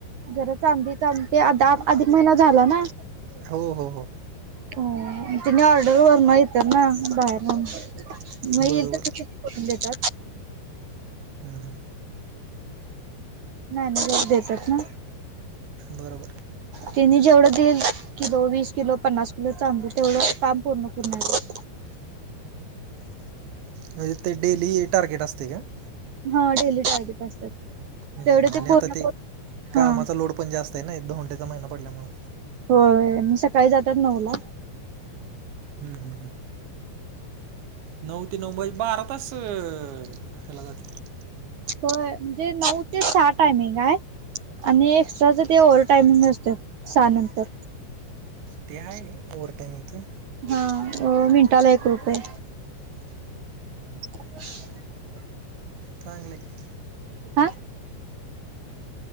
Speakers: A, on the right; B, on the right.
A: जरा चांगली चांलते आ अधिक महिना झाला ना
B: हो हो हो
A: हो तिने ऑर्डर वरण येतात ना बाहेरून मग
B: बरोबर.
A: येईल तसं टेनि करून देतात.
B: हम् हम
A: नाही नाही ल देतात ना
B: बरोबर
A: तिने जेवढं देईल किलो वीस किलो पन्नास किलो चांू तेवढं काम पूर्ण पूर्ण
B: म्हणजे ते डेली टार्गेट असते का?
A: हा डेली टार्गेट असतात.
B: हम्
A: तेवढे
B: आणि
A: पूर्ण
B: आता ते कामाचा
A: हा
B: लोड पण जास्त आहे ना एक दोंटेचा महिना पडल्यामुळे
A: होय मग सकाळी जातात नऊला.
B: हम् हम् हम नऊ ते नऊ बाज बारा तास हे्याला जातील. की.
A: होय म्हणजे नऊ ते चहा टायमिंग आहे. आणि एक्स्ट्राचं ते ओवर टाइमिंग नसतय सहा नंतर
B: ते आहे ओवर्हवर टायमिंगचं
A: हा मिनटाला एक रुपये. <unintelligible>
B: चांगलकी.
A: हा